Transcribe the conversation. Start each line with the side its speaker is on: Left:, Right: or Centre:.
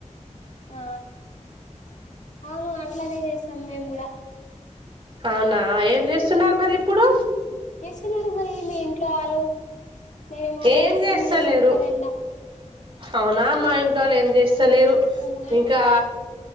Left: ఆ అవును అట్లానే చేస్తాం మేము కూడా
Right: అవునా ఏం చేస్తున్నారు మరి ఇప్పుడు
Left: స్తున్నారు మరి మీ ఇంట్లో వాళ్ళ నేనేమో
Right: ఏం
Left: ఊడుస్తున్నాను
Right: చేస్తలేరు
Left: మరిండా
Right: అవునా మా ఇంట్లో ఏం చే వలేరు
Left: అవునా
Right: ఇంకా